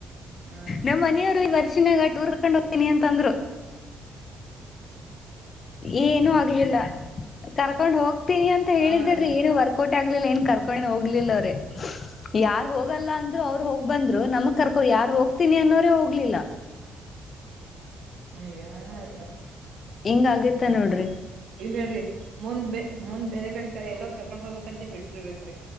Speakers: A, on the right (about 65°); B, on the left (about 45°).
A: ಹ
B: ನಮ್ಮ್ ಮನಿಯವ್ರು ಈ ವರ್ಷಿನಾಗ ಟೂರ್ ಕಕೊಂಡ ಹೋಗ ಏನಿ ಅಂತಂದರು
A: ಹ
B: ಏನುೂ ಆಗ್ಲಿಲ್ಲ ಕರ್ಕೊಂಡ್ ಹೋಗ್ತೀನಿ ಅಂತ
A: ಹಾ
B: ಹೇಳಿದ್ರೀ
A: ರೀ
B: ಏನು ವರ್ಕೌಟ್ ಆಗ್ಲಿಲ್ಲ ಏನ್ ಕರ್ಕೊಂಡು ಹೋಗ್ಲಿಲ್ಲ್ರೀ ಯಾರ್ ಹೋಗ ಹೋಗಲ್ಲ ಅಂದ್ರು ಅವ್ ಹೋಗ್ ಬಂದ್ರು ನಮಗ್ ಕರ್ಕೋ ಯ ಹೋಗ್ತೀನಿ ಅನ್ನೋರೆೇ ಹೋಗ್ಲಿಲ್ಲ
A: ಅಯ್ಯಾರೀ
B: ಹೆಂಗ್ ಆಗೇತ್ತ ನೋಡ್ರಿ
A: ಇಲ್ ಹೇಳ್ರಿ ಮುಂದ್ ಬ ಮುಂದ್ ಬೇರೆ ಕಡೆ ಕ ಎಲ್ಲೋ ಕರ್ಕೊಂಡ್ ಹೋಗ್ಬೇಕಂತ ಬಿಟ್ರಬೇಕ್ರಿ